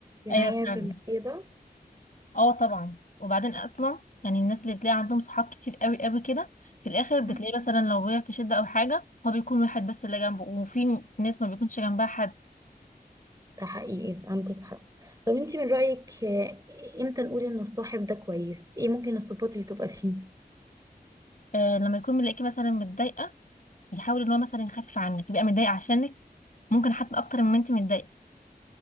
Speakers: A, on the right; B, on the left.
A: انت
B: ايوه
A: معايا
B: فعلا
A: في الايه ده
B: اه طبعا وبعدين اصلا يعني الناس اللي بتلاقي عندهم صحاب كتير قوي قوي كده في الاخر
A: مهم.
B: بتلاقي مثلا لو وقع في شده او حاجه هو بيكون واحد بس اللي جنبه وفي ناس ما بيكونش جنبها حد
A: ده حقيقي عندك حق طب انت من رأيك آه، امتى نقول ان الصاحب ده كويس ايه ممكن الصفات اللي تبقى فيه
B: آه لما يكون ملاقيكي مثلا متضايقه يحاول ان هو مثلا يخفف عنك يبقى متضايق عشانك ممكن حتى اكتر مما انت متضايقه